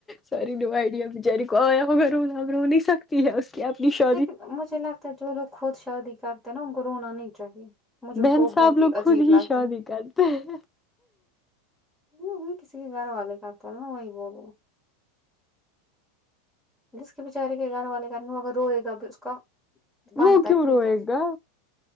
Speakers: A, on the left; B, in the centre.
A: سارے دو ائڈیا بچاری کو آیا ہوگا رونا رو نہیں سکتی ہے کہ اپنی شاک
B: لیکن مجھے لگتا ہے جو لوگ خود شادی کرتے ہیں نا ان کو رونا نہیں چاہیے مجھے ان
A: بہن
B: کو
A: صاحب
B: بہت
A: لوگ
B: ہی عجیب
A: خود ہی
B: لگتا
A: شادی
B: ہے
A: کرتے ہیں
B: وہ وہ کسی کے گھر والے کرتے ہیں نہ وہی بولو جس کے بےچارے کے گھر والے کرنے والے ہوگے روئے گا بھی اس کا بنتا
A: وہ کیوں
B: ہے ٹھیک
A: روئے
B: ہے
A: گا